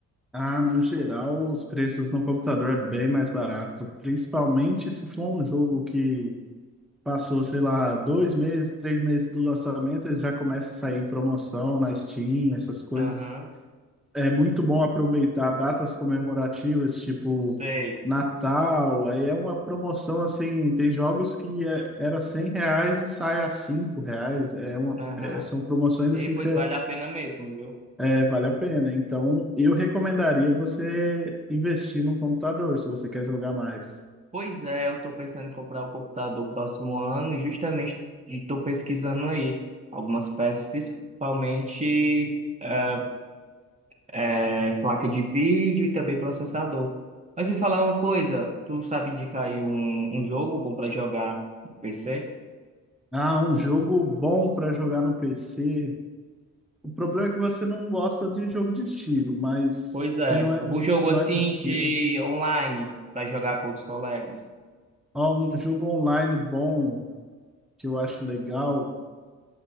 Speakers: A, in the centre; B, on the right.
A: Ah, no geral, os preços no computador é bem mais barato, principalmente se for um jogo que passou, sei lá, dois meses, três meses do lançamento, ele já começa a sair em promoção na Steam, essas coisas.
B: Aham,
A: É muito bom aproveitar datas comemorativas, tipo
B: sei,
A: Natal, aí é uma promoção assim, tem jogos que é- era 100 reais e sai a 5 reais, é uma,
B: aham.
A: é, são promoções
B: E
A: assim
B: pois
A: que você
B: vale a pena mesmo, viu?
A: é, vale a pena. Então, eu recomendaria você investir num computador, se você quer jogar mais.
B: Pois é, eu estou pensando em comprar o computador no próximo ano e justamente estou pesquisando aí algumas peças, principalmente eh, eh, placa de vídeo e também processador. Mas me falar uma coisa, tu sabe indicar aí um, um jogo bom para jogar no PC?
A: Ah, um jogo bom para jogar no PC. O problema é que você não gosta de jogo de tiro, mas
B: Pois
A: se
B: é,
A: não é,
B: algum jogo
A: se
B: assim
A: não é de tiro.
B: de online para jogar com outros colegas?
A: Ó, um jogo online bom, que eu acho legal,